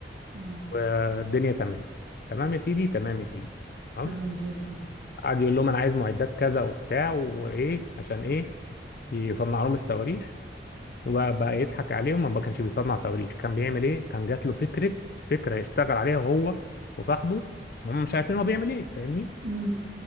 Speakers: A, on the right (about 55°); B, on the left (about 55°).
A: اه
B: والدنيا تمام تمام يا سيدي تمام يا سيدي تمام،
A: تمام زي الفل
B: قعد يقول لهم انا عايز معدات كذا وبتاع وايه عشان ايه يصنع لهم الصواريخ وبقى يضحك عليهم ما كانش بيصنع صواريخ كان بيعمل ايه كان جات له فكره فكره يشتغل عليها هو وصاحبه هم مش عارفين هو بيعمل ايه فاهمني
A: امم